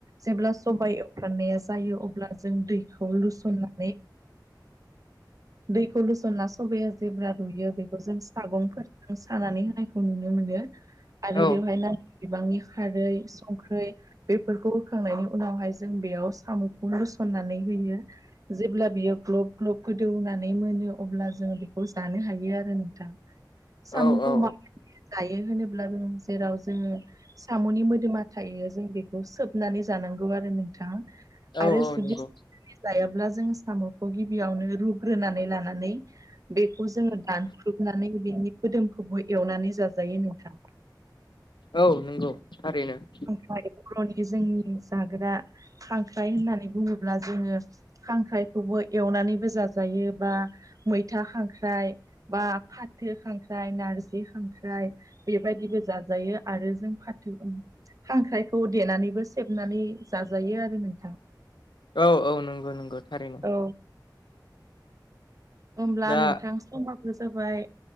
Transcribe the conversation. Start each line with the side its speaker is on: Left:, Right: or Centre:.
Right: जेब्ला सबायाइ एवफ्राननाया जायो अ जों दैखौ लुसननानै दैखौ लुसनना सबाया जेब्ला रुयो बेखौ जों सागंफोर जों सानानै होनायखौ नुनो मोनो आरो
Left: औ
Right: बेवहाय ना बिबांनि खारै संख्रै बेफोरखौ होखांनायनि उनावहाय जों बेयाव साम'खौ लुसननानै होयो। जेब्ला बियो ग्लप ग्लप गोदौनानै मोनो अब्ला जोङो बेखौ जानो हायो आरो नोंथां साम'खौ
Left: औ औ
Right: मा जायो होनोब्लाबो जेराव जोङो साम'नि मोदोमा थायो जों बेखौ सोबनानै जानांगौ आरो नोंथां।
Left: औ
Right: आरो
Left: औ
Right: जुदि
Left: नंगौ
Right: सोबनानै जायाब्ला जों साम'खौ गिबियावनो रुग्रोनानै लानानै बेखौ जोङो दानख्रुबनानै बिनि मोदोमखौबो एवनानै जाजायो नोंथां।
Left: औ नंगौ थारैनो‌।
Right: ओमफ्राय बर'नि जोंनि जाग्रा खांख्राय होननानै बुङोब्ला जोङो खांख्राइखौबो एवनानैबो जाजायो बा मैथा खांख्राइ बा फाथो खांख्राइ नारजि खांख्राइ बेबायदिबो जाजायो आरो जों फाथो उम खांख्रायखौ देनानैबो सेबनानै जाजायो आरो नोंथां।
Left: औ औ नंगौ नंगौ थारैनो।
Right: औ होब्ला
Left: दा
Right: नोंथां समाबो जाबाय